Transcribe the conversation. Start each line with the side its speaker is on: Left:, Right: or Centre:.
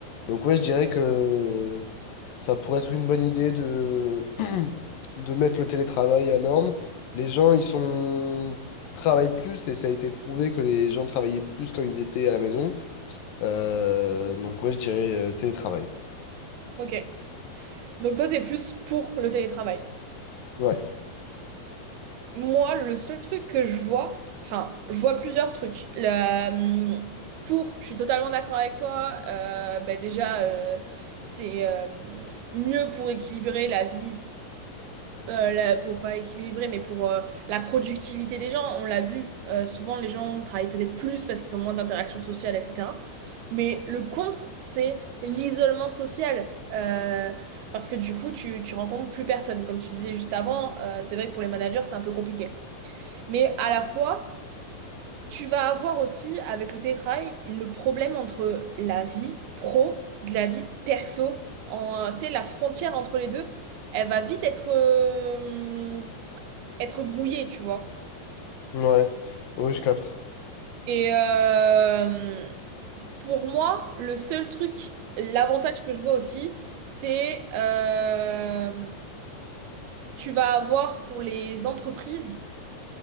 Left: Donc ouais, je dirais que ça pourrait être une bonne idée de, <clears throat> de mettre le télétravail à norme. Les gens, ils sont travaillent plus et ça a été prouvé que les gens travaillaient plus quand ils étaient à la maison. Euh, donc ouais, je dirais euh, télétravail.
Right: Ok. Donc toi, t'es plus pour le télétravail.
Left: Ouais,
Right: Moi, le seul truc que je vois, enfin, je vois plusieurs trucs. La, hum, pour, je suis totalement d'accord avec toi. euh, bah déjà, euh, c'est euh, mieux pour équilibrer la vie, euh, la- pour pas équilibrer, mais pour euh, la productivité des gens. On l'a vu. euh, souvent, les gens travaillent peut-être plus parce qu'ils ont moins d'interactions sociales, etc. Mais le contre, c'est l'isolement social. Euh, parce que du coup, tu, tu rencontres plus personne. Comme tu disais juste avant, euh, c'est vrai que pour les managers, c'est un peu compliqué. Mais à la fois, tu vas avoir aussi, avec le télétravail, le problème entre la vie pro de la vie perso. En, tu sais, la frontière entre les deux, elle va vite être, euh, être brouillée, tu vois.
Left: ouais, oui, je capte.
Right: Et euh, pour moi, le seul truc, l'avantage que je vois aussi, c'est euh, tu vas avoir pour les entreprises